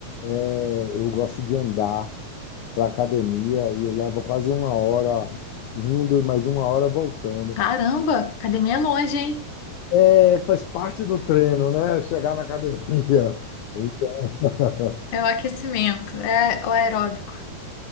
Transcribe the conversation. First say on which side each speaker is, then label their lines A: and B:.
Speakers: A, on the left; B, on the left.
A: é, eu gosto de andar para academia e eu levo quase uma hora indo e mais uma hora voltando.
B: Caramba, academia é longe, hein?
A: É, faz parte do treino, né? Chegar na academia. <laughs>
B: É o aquecimento, é o aeróbico.